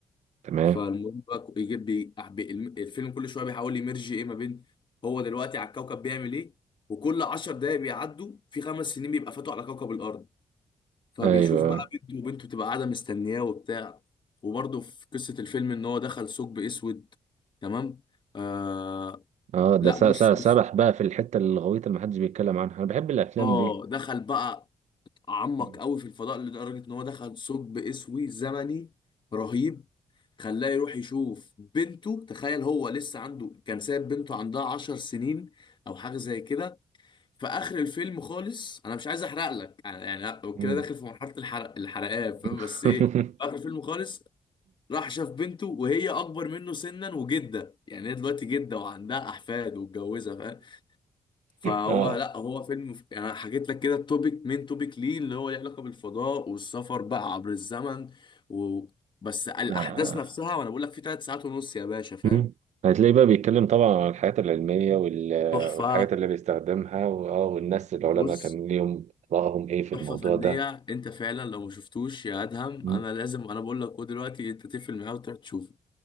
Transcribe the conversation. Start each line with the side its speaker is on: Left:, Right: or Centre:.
Right: تمام
Left: فالمهم بقى يجيب بي... بي- الم- الفيلم كل شويه بيحاول يمرج ايه ما بين هو دلوقتي على الكوكب بيعمل ايه وكل 10 دقايق بيعدوا في خمس سنين بيبقى فاتوا على كوكب الارض فبيشوف
Right: ايوه
Left: بقى بنته وبنته بتبقى قاعده مستنياه وبتاع وبرده في قصه الفيلم ان هو دخل ثقب اسود تمام آه
Right: اه ده
Left: لا
Right: س-
Left: بص
Right: س-
Left: بص
Right: سبح بقى في الحته الغويطه اللي محدش بيتكلم عنها انا بحب الافلام
Left: اه
Right: دي
Left: دخل بقى عمق
Right: مم.
Left: قوي في الفضاء لدرجه ان هو دخل ثقب اسود زمني رهيب خلاه يروح يشوف بنته تخيل هو لسه عنده كان سايب بنته عندها عشر سنين او حاجه زي كده في اخر الفيلم خالص انا مش عايز احرق لك يعني يعني
Right: مم.
Left: كده داخل في مرحله الحرق الحرقان فاهم
Right: <laughs>
Left: بس ايه في اخر الفيلم خالص راح شاف بنته وهي اكبر منه سنا وجده يعني هي دلوقتي جده وعندها احفاد واتجوزها فاهم؟ فهو
Right: اه
Left: لا هو فيلم يعني أنا حكيت لك كده التوبيك مين توبيك ليه اللي هو ليه علاقه بالفضاء والسفر بقى عبر الزمن و... بس الاحداث
Right: <laughs> آه.
Left: نفسها وانا بقول لك في ثلاث ساعات ونص يا باشا فاهم
Right: مم. هتلاقيه بقى بيتكلم طبعا عن الحاجات العلميه وال-
Left: تحفه
Right: والحاجات اللي بيستخدمها واه والناس العلماء
Left: بص
Right: كان ليهم رأيهم ايه في
Left: تحفه
Right: الموضوع
Left: فنيه
Right: ده
Left: انت فعلا لو ما شفتوش يا ادهم
Right: مم.
Left: انا لازم انا بقول لك هو دلوقتي انت تقفل معاه وتروح تشوفه